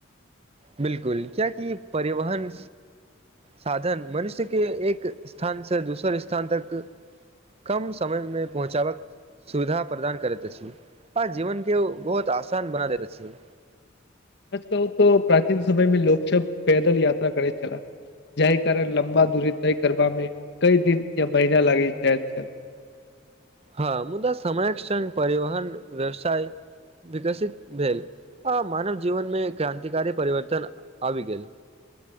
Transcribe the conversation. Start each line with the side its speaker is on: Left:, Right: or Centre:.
Right: बिलकुल, कियाकि परिवहन साधन मनुष्यके एक स्थान से दोसर स्थान तक कम समयमे पहुंचाबक सुविधा प्रदान करैत अछि आ जीवन के बहुत आसान बना दैत अछि।
Left: सच कहु त प्राचीन समय मे लोक सब पैदल यात्रा करैत छलाह जाहि कारण लम्बा दूरी तय करबा मे कई दिन या महिना लागि जाइत छल।
Right: हां, मुदा समयक संग परिवहन व्यवसाय विकसित भेल आ मानव जीवनमे क्रान्तिकारी परिवर्तन आबि गेल।